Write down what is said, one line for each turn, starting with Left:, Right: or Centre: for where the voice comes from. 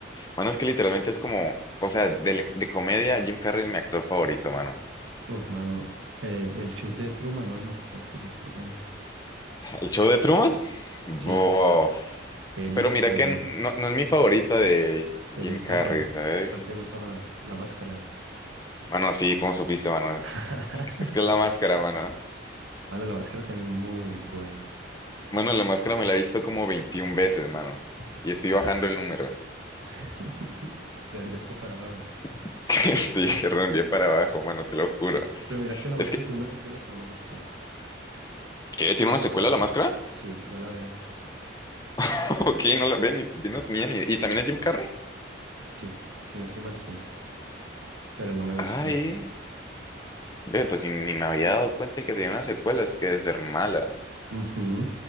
Left: Mano, es que literalmente es como, o sea, de, de comedia, Jim Carrey es mi actor favorito, mano.
Right: Uf, mano, eh, el show de Truman, mano, qué peliculón.
Left: ¿El show de Truman? Bof.
Right: Sí, Película
Left: Pero mira que no, no es mi favorita de Jim
Right: de Jim Carrey.
Left: Carrey, ¿sabes?
Right: ¿Cuál te gusta más? La máscara.
Left: Mano, sí, cómo supiste, mano?
Right: <laughs>
Left: Es que, es que es la máscara, mano.
Right: Bueno, la máscara también es muy buena.
Left: Mano, la máscara me la he visto como 21 veces, mano. Y estoy bajando el número.
Right: <laughs> Redondeaste para abajo.
Left: <laughs> Que Sí, reenvié para abajo, mano, te lo juro.
Right: Pero mira que la
Left: Es
Right: máscara
Left: que,
Right: tiene una secuela que no me gusta.
Left: ¿qué? ¿Tiene una secuela la máscara?
Right: Sí, no la veas.
Left: <laughs> Ok, no la ven, no tenía ni... idea. ¿Y también es Jim Carrey?
Right: Sí, si no estoy mal, sí. Pero no me gustó.
Left: Ay, ve, pues ni ni me había dado cuenta que tenía una secuela, es que debe ser mala.
Right: Ujú.